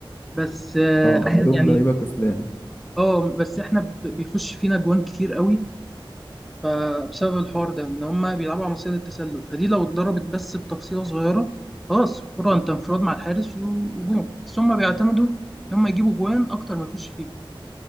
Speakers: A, in the centre; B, on the left.
A: بس آه،
B: اه
A: أحيانا
B: عندهم
A: يعني
B: لعيبة كسلانة
A: اه بس احنا ب- بيخش فينا جوان كتير قوي فبسبب الحوار ده ان هما بيلعبوا على مصيدة التسلل فدي لو اتضربت بس بتفصيلة صغيرة خلاص الكرة انت انفراد مع الحارس وجون بس هما بيعتمدوا ان هما يجيبوا جوان أكتر ما يخش فيه